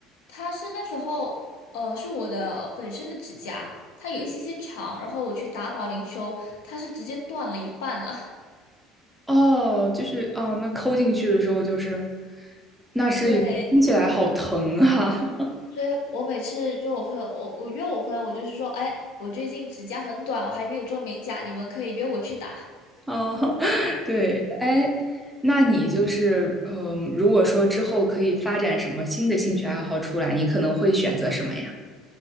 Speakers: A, on the left (about 80°); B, in the centre.
A: 它是那时候呃是我的本身的指甲，它有一些些长，然后我去打保龄球，它是直接断了一半了。<laughs>
B: 哦，就是哦，那抠进去的时候就是，那是听起来好疼啊！
A: 对，所以我每次约我朋友，我我约我朋友，我就是说，哎，我最近指甲很短，我还没有做美甲，你们可以约我去打。<laughs>
B: <laughs> 哦，对，哎，那你就是嗯、如果说之后可以发展什么新的兴趣爱好出来，你可能会选择什么呀？